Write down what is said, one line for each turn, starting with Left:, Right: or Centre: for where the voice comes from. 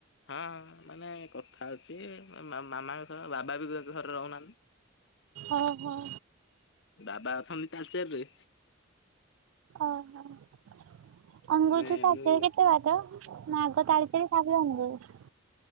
Left: ହଁ ମାନେ କଥା ହଉଛି, ମାମାଙ୍କ ସହ ବାବା ବି ଘରେ ରହୁନାହାନ୍ତି।
Right: ଓ ହ।
Left: ବାବା ଅଛନ୍ତି ତାଲଚେରରେ।
Right: ଅ ହ। ଅନଗୁଳ
Left: ମାନେ
Right: ତୁ ତାଳଚେର
Left: ମୁଁ
Right: କେତେ ବାଟ, ନା ଆଗ ତାଳଚେର ତାପରେ ଅନଗୁଲ।